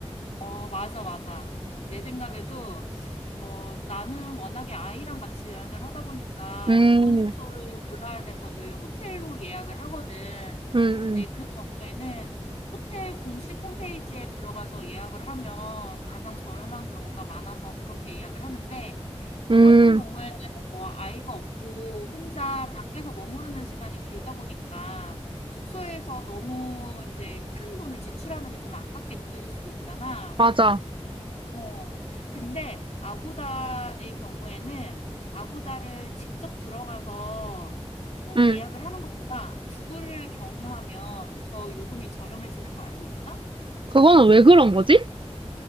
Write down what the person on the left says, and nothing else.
어, 맞아, 맞아. 내 생각에도, 어, 나는 워낙에 아이랑 같이 여행을 하다 보니까
좋은 숙소를 골라야 돼서 늘 호텔로 예약을 하거든.
근데 그 경우에는 호텔 공식 홈페이지에 들어가서 예약을 하면 가장 저렴한 경우가 많아서 그렇게 예약을 하는데, 너
같은 경우에는
뭐 아이가 없고 혼자 밖에서 머무르는 시간이 길다 보니까 숙소에서 너무 이제 큰 돈을 지출하는 게 좀 아깝게 느껴질 수도 있잖아.
어. 근데 아고다의 경우에는 아고다를 직접 들어가서 어
예약을 하는 것보다 구글을 경유하면 더 요금이 저렴해지는 거 알고 있어?